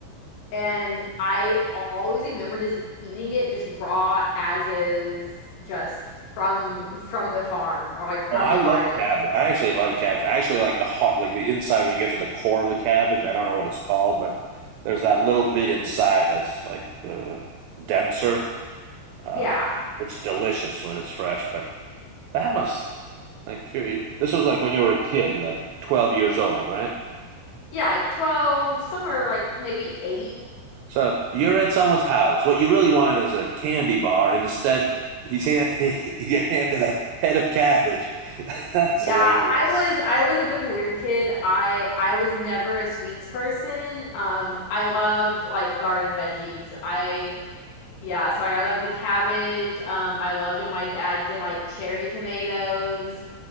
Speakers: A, on the left (about 75°); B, on the right (about 80°).
A: And I always remember just eating it just raw as is just from from the farm or like from
B: Well, I
A: the
B: love
A: garden.
B: cabbage. I actually like cabbage. I actually like the heart, like the inside when you get to the core of the cabbage. I don't know what it's called, but there's that little bit inside that's like uh, denser, uh,
A: Yeah.
B: which is delicious when it's fresh. But that must like if you this was like when you were a kid, like 12 years old, right?
A: Yeah, like 12, somewhere like maybe 8.
B: So you're at someone's house. What you really want is a candy bar, and instead, he's hand, <laughs> he, you get handed a head of cabbage. <laughs> That's
A: Yeah,
B: hilarious.
A: I was I was a bit of a weird kid. I I was never a sweets person. Um, I loved like garden veggies. I yeah, so like I loved the cabbage. Um, I loved it. My dad did like cherry tomatoes.